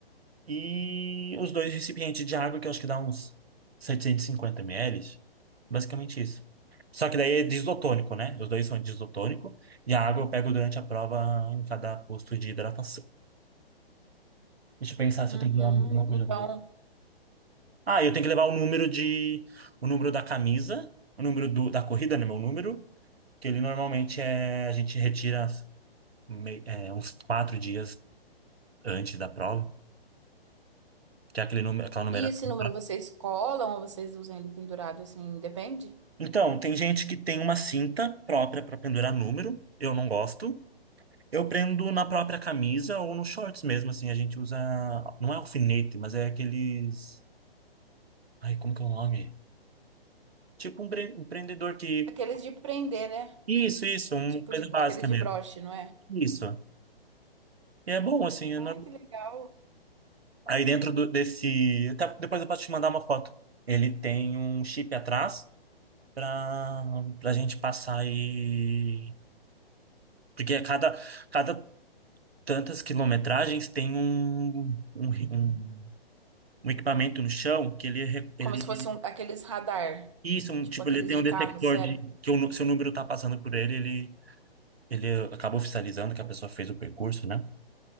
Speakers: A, on the right (about 75°); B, on the right (about 30°).
A: E os dois recipientes de água, que eu acho que dá uns 750 ml. Basicamente isso. Só que daí é disotônico, né? Os dois são disotônico. E a água eu pego durante a prova em cada posto de hidratação. Deixa eu pensar se
B: Uhum.
A: eu tenho que levar alguma coisa.
B: Então,
A: pra- Ah, eu tenho que levar o número de... O número da camisa. O número do... da corrida, né? Meu número. Que ele normalmente é... A gente retira mei- é, uns quatro dias antes da prova. Que é aquele número... aquela numeração.
B: e esse número vocês colam ou vocês usam ele pendurado assim? Depende.
A: Então, tem gente que tem uma cinta própria para pendurar número, eu não gosto. Eu prendo na própria camisa ou nos shorts mesmo, assim, a gente usa, não é alfinete, mas é aqueles, ai, como que é o nome? Tipo um, bre- um prendedor que,
B: Aqueles de prender, né?
A: isso, isso, uma
B: Tipo
A: coisa
B: de
A: básica
B: aqueles
A: mesmo,
B: de broche, não é?
A: isso. E é bom, assim, é
B: Ai,
A: nor-
B: que legal.
A: Aí dentro do- desse. até Depois eu posso te mandar uma foto. Ele tem um chip atrás para para gente passar e. Porque cada, cada tantas quilometragens, tem um, um, um, um equipamento no chão que ele, re- ele
B: Como se fosse um, aqueles radar,
A: isso, um,
B: tipo
A: tipo,
B: aqueles
A: ele tem um
B: de
A: detector
B: carro, sério.
A: de que o, nu- se o número está passando por ele, ele, ele acaba oficializando que a pessoa fez o percurso, né?